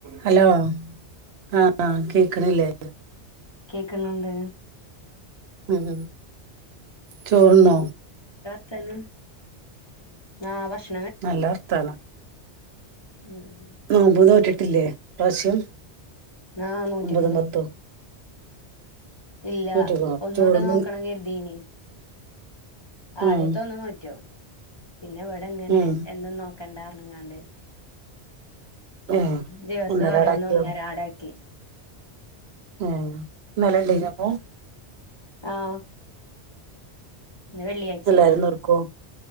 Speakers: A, on the right (about 70°); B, on the left (about 25°).
A: Hello ആഹ ആ okay കേക്കണി ലേ
B: കേക്കുന്നുണ്ട്
A: ഉഹ ചോർണൊ
B: ആക്ഷ
A: നല്ല അർത്ഥാന
B: ഉം
A: നോമ്പ് നോറ്റിട്ട്- ട്ടില്ലേ ഇപ്രാവശ്യം-
B: ന നോറ്റിക്കണേ
A: ഒമ്പതും പത്തും
B: ഇല്ല
A: നോറ്റിക്കണോ
B: ഒന്നോട്ട്
A: ചോറുന്ന്
B: നോക്കണം കരുതീന് ആ
A: ഉം
B: ആദ്യത്തെ ഒന്ന് നോറ്റോ പിന്നെ ഇവിടെ ഇങ്ങനെ
A: ഉം
B: എന്നും നോക്കണ്ട ണ്ങ്ങാണ്ട്
A: ഏ
B: ദിവസം
A: ഒന്നര
B: ഓരോന്ന്
A: അടക്കിയോ
B: ഒന്നരാടാക്കി
A: ഏ ഇന്നലെ ഇണ്ടെയ്നിപ്പോ
B: ആഹ് ഇന്ന് വെള്ളിയാഴ്ചയല്ലേ
A: എല്ലാരും നോർക്കോ